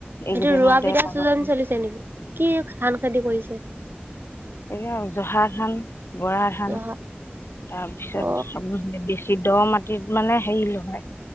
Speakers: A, on the left (about 85°); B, on the right (about 60°).
A: এইকেইদিনতে
B: এইটো ৰোৱা বিিধা
A: কাগজ
B: চজন চলিছে নেকি কি ধান খেতি কৰিছে
A: এইব জহাৰখনান। বৰা ধান।
B: অ
A: তাৰপিছত
B: অ
A: আে বেছি। দ মাটিত মানে হেৰি লগয়